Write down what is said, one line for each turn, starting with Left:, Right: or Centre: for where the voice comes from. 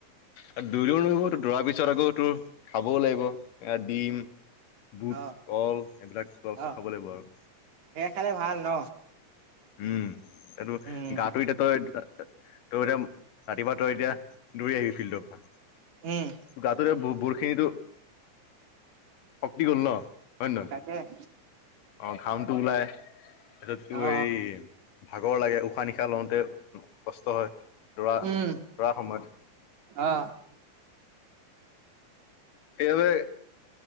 Left: আৰু দৌৰিবলে বহুত দৌৰাৰ পিছত আকৌ তোৰ খাবও লাগিব। ডিম, বুট
Right: অ
Left: কল এইবিলাক খোৱা বস্তু
Right: অ
Left: খাব লাগিব আৰু।
Right: সেয়া খালে ভাল ন
Left: উম, এইটো
Right: উম
Left: গাটো এতিয়া তই তই, এতিয়া ৰাতিপুৱা তই এতিয়া দৌৰি আহিবি ফিল্ডৰ পৰা।
Right: উম
Left: গা টোৰ এতিয়া বহুত খিনি তোৰ শক্তি গ'ল ন? হয় নে নহয়
Right: তাকেহ,
Left: অ, ঘাম টো ওলাই, তাৰপিছত টো
Right: অ
Left: হেৰি ভাগৰ লাগে। উশাহ নিশাহ লওতে কষ্ট হয়। দৌৰা
Right: উম
Left: - দৌৰাৰ সময়ত
Right: অ
Left: সেই বাবেই